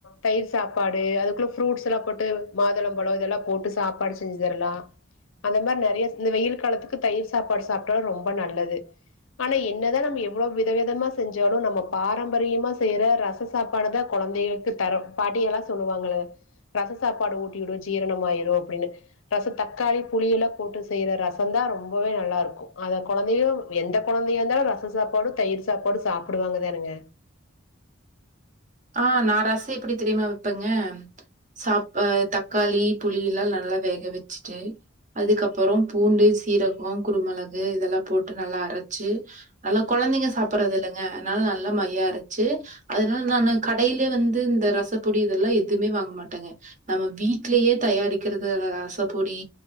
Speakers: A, on the left (about 80°); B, on the right (about 40°).
A: தயிர் சாப்பாடு அதுக்குள்ள ஃப்ரூட்ஸ் எல்லா போட்டு மாதுளம்பழொ இதெல்லா போட்டு சாப்பாடு செஞ்சு தரலா அந்த மாரி நெறைய இந்த வெயில் காலத்துக்கு தயிர் சாப்பாடு சாப்ட்டோனா ரொம்ப நல்லது ஆனா என்னதா நம்ம எவ்வளோ வித விதமா செஞ்சாலு நம்ம பாரம்பரியமா செய்ற ரச சாப்பாடுதா கொழந்தைகளுக்கு தரோ பாட்டி எல்லா சொல்லுவாங்கள ரச சாப்பாடு ஊட்டிவிடு ஜீரணம் ஆயிரு அப்டின்னு ரச தக்காளி புளியெல்லா போட்டு செய்யுற ரசந்தா ரொம்பவே நல்லா இருக்கு அத கொழந்தையிளு எந்த கொழந்தையா இருந்தாலு ரச சாப்பாடு தயிர் சாப்பாடு சாப்புடுவாங்கதானுங்க
B: ஆ நா ரச எப்டி தெரியுமா வப்பெங்க சாப் அ தக்காளி புளி எல்லா நல்லா வேக வெச்சுட்டு அதுக்கப்பறொ பூண்டு சீரகொ குருமெளகு இதெல்லா போட்டு நல்லா அரச்சு அல்லா கொழந்தெங்க சாப்புட்றது இல்லெங்க அத்னால நல்லா மையா ஆரச்சு <unintelligible> கடைல வந்து இந்த ரசப்பொடி இதெல்லா எதுவுமே வாங்க மாட்டெங்க நம்ம வீட்லயே தயாரிக்கிறது ரசப்பொடி